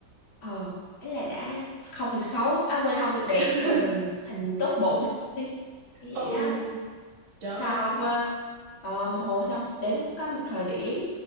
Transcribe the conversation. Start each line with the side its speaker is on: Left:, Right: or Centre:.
Left: ờ ấy là đã không được xấu, à quên không được đẹp
Right: <laughs>
Left: thì mình thành tốt bụng đi, như vậy
Right: ừ
Left: đó.
Right: trời
Left: Sau
Right: ơi.
Left: ờ, ờ, một hồi xong đến có một thời điểm